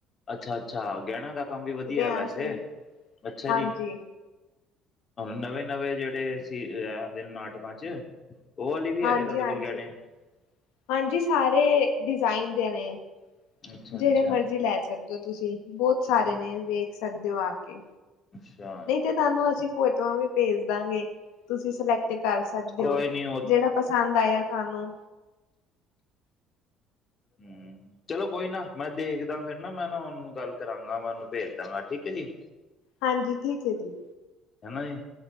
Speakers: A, on the left; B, on the left.
A: ਅੱਛਾ-ਅੱਛਾ ਗਹਿਣ ਦਾ ਕੰਮ ਵੀ ਵਧੀਆ
B: ਹਾਂ
A: ਵੈਸੇ
B: ਅਸੀਂ
A: ਅੱਛਾ
B: ਹਾਂਜੀ
A: ਜੀ। ਨਵੇਂ-ਨਵੇਂ ਜਿਹੜੇ ਸੀ ਆਦੇ ਨਾਟਕਾਂ ਚ ਉਹ ਵਾਲੀ ਵੀ
B: ਹਾਂਜੀ,
A: ਹੈਗੇ ਤੁਹਾਡੇ
B: ਹਾਂਜੀ,
A: ਕੋਲ ਗਹਿਣੇ?
B: ਹਾਂਜੀ ਸਾਰੇ ਡਿਜ਼ਾਇਨ ਦੇ ਨੇ
A: ਅੱਛਾ-ਅੱਛਾ
B: ਜਿਹੜੇ ਮਰਜੀ ਲੈ ਸਕਦੇ ਹੋ ਤੁਸੀਂ ਬਹੁਤ ਸਾਰੇ
A: ਹੂੰ
B: ਨੇ ਵੇਖ ਸਕਦੇ ਹੋ ਆ ਕੇ
A: ਅੱਛਾ।
B: ਨਹੀਂ ਤੇ ਤੁਹਾਨੂੰ ਅਸੀਂ ਫੋਟੋਆਂ ਵੀ ਭੇਜ ਦਾਂਗੇ। ਤੁਸੀਂ ਸਿਲੈਕਟ ਕਰ ਸਕਦੇ
A: ਕੋਈ
B: ਹੋ
A: ਨੀ
B: ਜਿਹੜਾ ਪਸੰਦ ਆਇਆ ਤੁਹਾਨੂੰ
A: ਹੂ,,, ਚਲੋ ਕੋਈ ਨਾ ਮੈਂ ਦੇਖਦਾ ਫਿਰ ਨਾ ਮੈਂ ਨਾ ਉਹਨੂੰ ਗੱਲ ਕਰਾਂਗਾ ਮੈਂ ਉਹਨੂੰ ਭੇਜ ਦਾਂਗਾ ਠੀਕ ਹੈ ਜੀ।
B: ਹਾਂਜੀ ਠੀਕ ਹੈ ਜੀ
A: ਹਨਾ ਜੀ